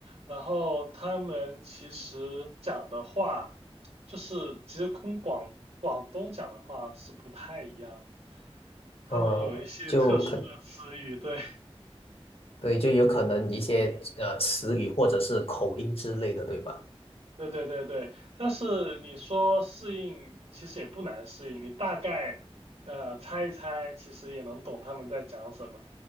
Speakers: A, on the right; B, on the left.
A: 然后他们其实讲的话，就是其实跟广广东讲的话是不太一样的，他们有一些特殊的词语，
B: 呃，就可，
A: 对。
B: 对，就有可能一些呃词语或者是口音之类的，对吧？
A: 对对对对，但是你说适应，其实也不难适应，你大概呃猜一猜，其实也能懂他们在讲什么。